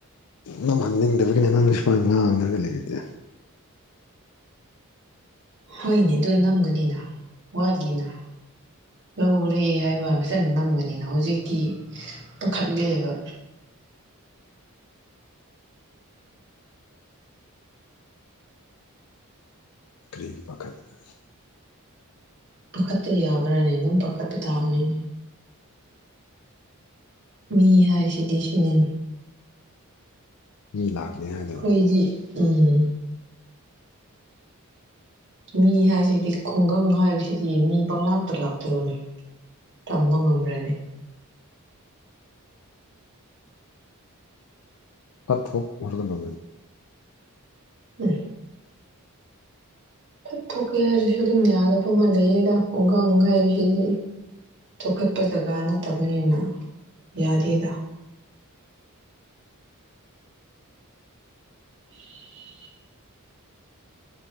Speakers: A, on the left (about 80°); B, on the right (about 55°).
A: ꯅꯝꯍꯟꯅꯤꯡꯗꯕꯒꯤꯅꯤ ꯅꯪꯅ ꯁꯨꯃꯥꯏꯅ ꯉꯥꯡꯉꯒ ꯂꯩꯔꯤꯗꯤ꯫
B: ꯍꯣꯏꯅꯦ ꯑꯗꯨ ꯅꯝꯒꯅꯤꯅ ꯋꯥꯠꯂꯤꯅ ꯂꯧꯔꯦ ꯍꯥꯏꯕ ꯐꯖꯟꯅ ꯅꯝꯒꯅꯤꯅ ꯍꯧꯖꯤꯛꯇꯤ ꯄꯥꯈꯠꯂꯦꯕ
A: ꯀꯔꯤꯒꯤ ꯄꯥꯈꯠꯂꯤꯕ
B: ꯄꯥꯈꯠꯇ ꯌꯥꯕ꯭ꯔꯥꯅꯦ ꯑꯗꯨꯝ ꯄꯥꯈꯠꯄ ꯇꯥꯕꯅꯤꯅꯦ ꯃꯤ ꯍꯥꯏꯁꯤꯗꯤ ꯁꯤꯅꯤꯅꯦ
A: ꯃꯤ ꯂꯥꯛꯒꯅꯤ ꯍꯥꯏ
B: ꯈꯣꯏꯗꯤ ꯎꯝ ꯃꯤ ꯍꯥꯏꯁꯤꯗꯤꯀꯣ ꯈꯨꯡꯒꯪ ꯍꯥꯏꯕꯁꯤꯗꯤ ꯃꯤ ꯄꯪꯂꯥꯛꯇ ꯂꯥꯛꯇ꯭ꯔꯣꯅꯦ ꯇꯝꯕ ꯉꯝꯕ꯭ꯔꯥꯅꯦ
A: ꯀꯠꯊꯣꯛ <unintelligible>
B: ꯎꯝ ꯐꯠ ꯊꯣꯛꯀꯦ ꯍꯥꯏꯔꯤꯁꯨ ꯑꯗꯨꯝ ꯌꯥꯗꯕ ꯑꯃ ꯂꯩꯌꯦꯗ ꯈꯨꯡꯒꯪ ꯍꯥꯏꯕꯁꯤꯗꯤ ꯆꯥꯎ ꯈꯠꯄ ꯖꯒꯥ ꯅꯠꯇꯕꯅꯤꯅ ꯌꯥꯗꯦꯗ <inaudible>